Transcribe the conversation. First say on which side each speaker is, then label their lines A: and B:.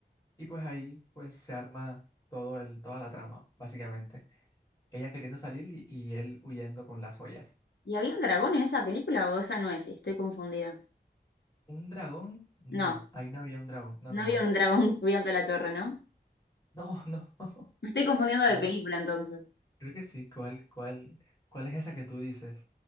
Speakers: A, on the left; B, on the left.
A: Y pues ahí pues se arma todo el, toda la trama, básicamente. Ella queriendo salir y, y él huyendo con las joyas.
B: ¿Y había un dragón en esa película o esa no es? Estoy confundida.
A: ¿Un dragón? No,
B: No,
A: ahí no había un dragón. No,
B: no
A: no,
B: había
A: no.
B: un dragón <laughs> cuidando la torre, ¿no?
A: No, no, <laughs>
B: Me estoy confundiendo de
A: no.
B: película
A: no.
B: entonces.
A: Creo que sí. ¿Cuál, cuál, cuál es esa que tú dices?